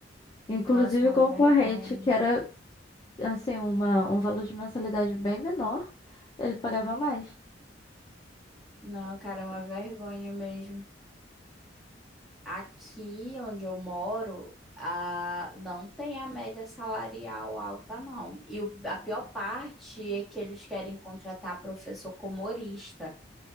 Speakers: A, on the left; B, in the centre.
A: Inclusive
B: Nossa, uma
A: o concorrente,
B: vergonha.
A: que era assim, uma, um valor de mensalidade bem menor, ele pagava mais.
B: Não, cara, é uma vergonha mesmo. Aqui onde eu moro, a, não tem a média salarial alta, não. E o- a pior parte é que eles querem contratar professor como horista.